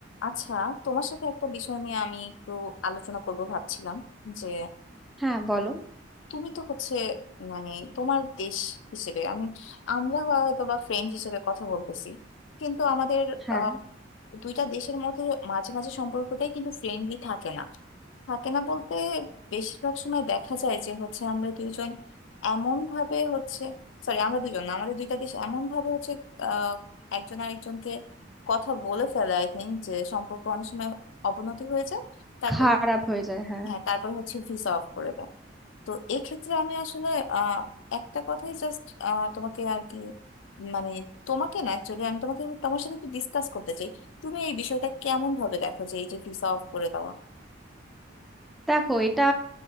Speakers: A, on the left; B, in the centre.
A: আচ্ছা তোমার সাথে একটা বিষয় নিয়ে আমি একটু আলোচনা করব ভাবছিলাম যে
B: হ্যাঁ বলো
A: তুমি তো হচ্ছে মানে তোমার দেশ হিসেবে আমি আমরা হয়তো বা ফ্রেন্ড হিসেবে কথা বলতেছি কিন্তু আমাদের
B: হ্যাঁ
A: আহ, দুইটা দেশের মধ্যে মাঝে মাঝে সম্পর্কটাই কিন্তু ফ্রেন্ডলি থাকে না থাকে না বলতে বেশিরভাগ সময় দেখা যায় যে হচ্ছে আমরা দুইজন এমন ভাবে হচ্ছে সরি আমরা দুজন না, আমাদের দুইটা দেশ এমন ভাবে হচ্ছে আহ, একজন আরেকজনকে কথা বলে ফেলে আই থিঙ্ক যে সম্পর্ক অনেক সময় অবনতি হয়ে যায় তারপর
B: খারাপ হয়ে যায় হ্যাঁ
A: হ্যাঁ তারপর হচ্ছে ভিসা অফ করে দেয় তো এক্ষেত্রে আমি আসলে আহ একটা কথাই জাস্ট তোমাকে আর কি মানে তোমাকে না অ্যাকচুয়ালি আমি তোমাকে তোমার সাথে একটু ডিসকাস করতে চাই তুমি এই বিষয়টা কেমন ভাবে দেখো যে এই যে ভিসা অফ করে দেওয়া
B: দেখো এটা